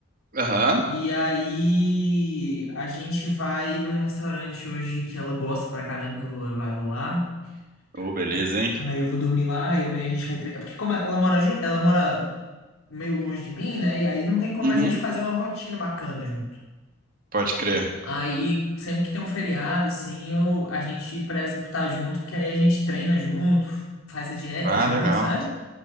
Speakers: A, on the right; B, on the left.
A: Aham.
B: E aí, a gente vai num restaurante hoje que ela gosta pra caramba, que eu vou levar ela lá.
A: Oh, beleza,
B: Ah,
A: hein?
B: Aí eu vou dormir lá e amanhã a gente vai. tre- é Porque como ela mora, ju- ela mora meio longe de mim, né? E aí não tem como
A: Uhum.
B: a gente fazer uma rotina bacana junto.
A: Pode crer.
B: Aí, sempre que tem um feriado, assim, eu, a gente preza por estar junto, porque aí a gente treina junto, faz a dieta
A: Ah,
B: junto,
A: legal.
B: sabe?